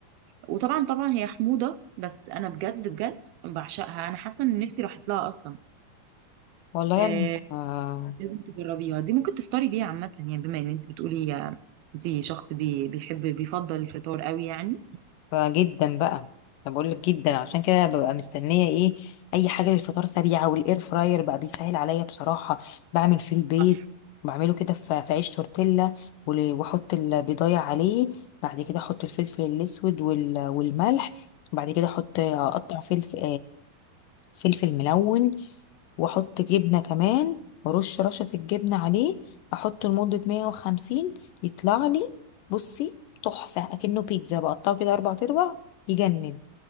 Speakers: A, on the right (about 80°); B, on the left (about 75°).
A: وطبعا طبعا هي حموضه بس انا بجد بجد بعشقها انا حاسه ان نفسي راحت لها اصلا
B: والله
A: آه،
B: انا آه...
A: لازم تجربيها دي ممكن تفطري بيها عامة يعني بما ان انت بتقولي انت شخص بي بيحب بيفضل الفطار قوي يعني
B: آه، جدا بقى انا بقول لك جدا عشان كده ببقى مستنية ايه اي حاجة للفطار سريعة والاير فراير بقى بيسهل عليا بصراحة بعمل فيه البيض
A: صح
B: بعمله كده في في عيش تورتيلا ول- واحط البيضايه عليه بعد كده احط الفلفل الاسود وال... والملح بعد كده احط اقطع فلفل فلفل ملون واحط جبنه كمان وارش رشه الجبنه عليه احطه لمده 150 يطلع لي بصي تحفه اكنه بيتزا بقطعه كده اربع ارباع يجنن